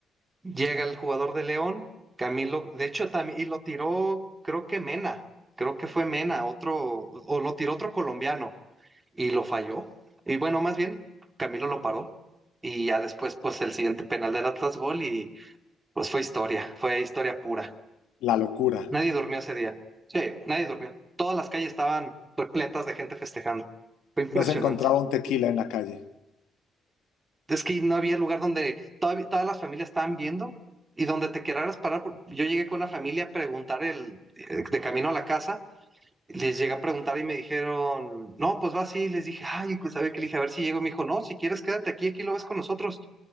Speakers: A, on the right; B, on the left.
A: Llega el jugador de León, Camilo, de hecho, también, y lo tiró, creo que Mena, creo que fue Mena, otro, o lo tiró otro colombiano, y lo falló. Y bueno, más bien, Camilo lo paró. Y ya después, pues el siguiente penal del Atlas gol y pues fue historia, fue historia pura.
B: la locura.
A: Nadie durmió ese día. Sí, nadie durmió. Todas las calles estaban repletas de gente festejando. Fue impresionante.
B: No se encontraba un tequila en la calle.
A: Es que no había lugar donde todavía, todas las familias estaban viendo y donde te querrás parar. porque Yo llegué con una familia a preguntar el, eh, de camino a la casa, les llegué a preguntar y me dijeron, no, pues va así. Les dije, ay, pues sabe que le dije, a ver si llego. Me dijo, no, si quieres quédate aquí, aquí lo ves con nosotros.